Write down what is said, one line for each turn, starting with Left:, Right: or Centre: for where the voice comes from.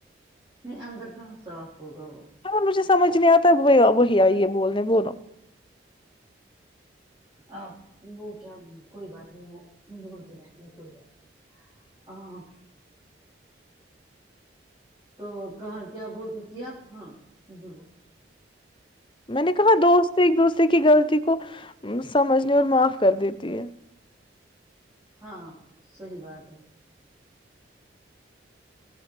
Right: نہیں اندر کہاں صاف ہوگا وہ
Left: ہاں مجھے سمجھ نہیں آتا وہ وہی آئی ہے بولنے بولو
Right: آ وہ کیا کوئی بات نہیں وہ بولتی رہتی ہے کوئی بات <unintelligible> تو کہاں کیا بولتی تھی آپ ہاں گ
Left: میں نے کہاں دوست ایک دوستے کی غلط کو سمجھنے اور معاف کر دیتی ہے
Right: ہاں صحی بات ہے